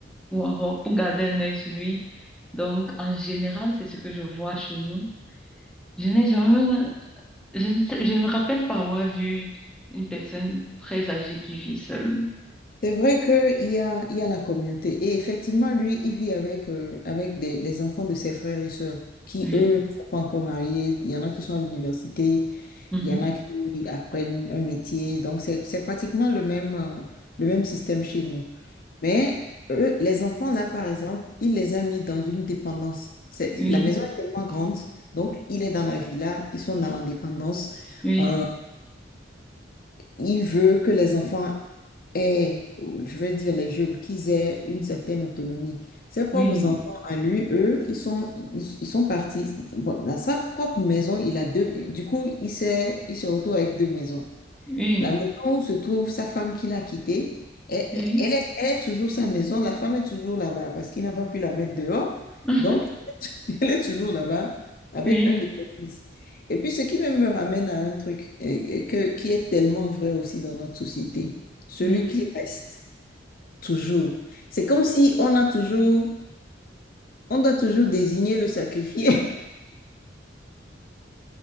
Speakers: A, in the centre; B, on the left (about 50°).
A: pour avoir, pour garder un œil sur lui. Donc, en général, c'est ce que je vois chez nous. Je n'ai jamais, je ne sais- je ne me rappelle pas avoir vu une personne très âgée qui vit seule.
B: C'est vrai qu'il y a, il y a la communauté. Et effectivement, lui, il vit avec, euh, avec des, les enfants de ses frères et sœurs qui,
A: Oui.
B: eux, ne sont pas encore mariés. Il y en a qui sont à l'université,
A: Mhm.
B: il y en a qui apprennent un métier. Donc, c'est, c'est pratiquement le même, euh, le même système chez nous. Mais eux, les enfants, là, par exemple, il les a mis dans une dépendance. C'est-
A: Oui,
B: la maison est tellement grande, donc il est dans la villa, ils sont dans la dépendance.
A: oui,
B: Euh, il veut que les enfants aient, ou je vais dire les jeunes, qu'ils aient une certaine autonomie. Ses propres
A: oui,
B: enfants, à lui, eux, ils sont, ils, ils sont partis. Bon, dans sa propre maison, il a deux. Du coup, il s'est, il se retrouve avec deux maisons.
A: oui,
B: La maison où se trouve sa femme qu'il a quittée, elle,
A: oui,
B: elle est, elle est toujours sa maison. La femme est toujours là-bas parce qu'il n'a pas pu la mettre dehors.
A: <laughs>
B: Donc, <laughs> Elle est toujours là-bas avec
A: oui,
B: un de ses fils. Et puis, ce qui même me ramène à un truc et- et que, qui est tellement vrai aussi dans notre société, celui
A: oui.
B: qui reste toujours. C'est comme si on a toujours, on doit toujours désigner le sacrifié. <laughs>